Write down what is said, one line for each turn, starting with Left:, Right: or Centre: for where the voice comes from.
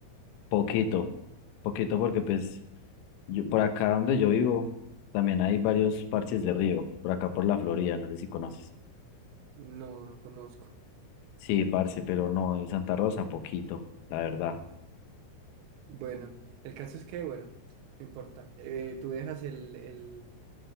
Left: poquito, poquito porque pues yo, por acá donde yo vivo también hay varios parches de río, por acá por la Florida, no sé si conoces.
Right: No, no conozco.
Left: Sí, parce, pero no, en Santa Rosa, poquito, la verdad.
Right: Bueno, el caso es que, bueno, no importa. Eh, tú dejas el, el